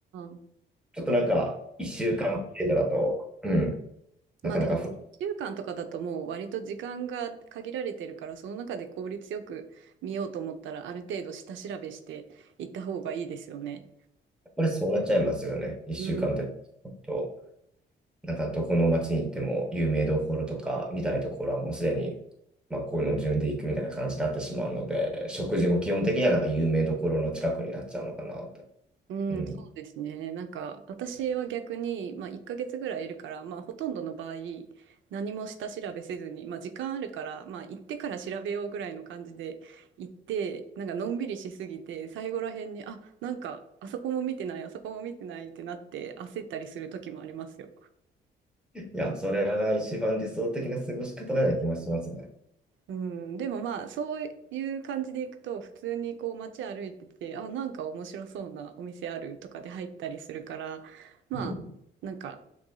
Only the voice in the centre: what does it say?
ちょっとなんか一週間程度だと、
うん、なかなか不安、
やっぱりそうなっちゃいますよね。一週間って
と、なんかどこの街に行っても有名どころとか見たいところはもうすでに、まあこういうの順で行くみたいな感じになってしまうので、食事も基本的にはなんか有名どころの近くになっちゃうのかなと。
うん。
いや、それが一番理想的な過ごし方なような気もしますね。
うん。